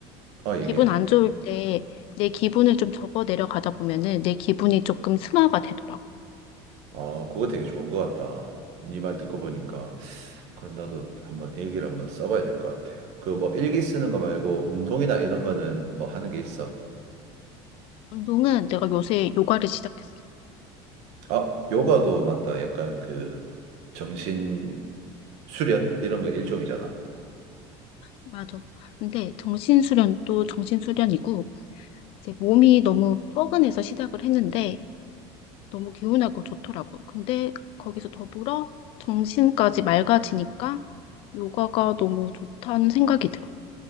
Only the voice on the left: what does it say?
기분 안 좋을 때 내 기분을 좀 적어 내려가다 보면은 내 기분이 조금 승화가 되더라고.
운동은 내가 요새 요가를 시작했어.
맞아. 근데 정신수련도 정신수련이고, 이제 몸이 너무 뻐근해서 시작을 했는데, 너무 개운하고 좋더라고. 근데 거기서 더불어 정신까지 맑아지니까 요가가 너무 좋다는 생각이 들어.